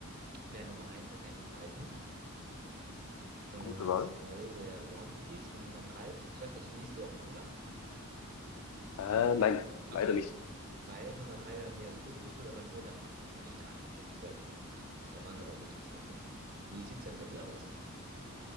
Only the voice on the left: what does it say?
Gute Wahl?
Äh, nein, leider
nicht.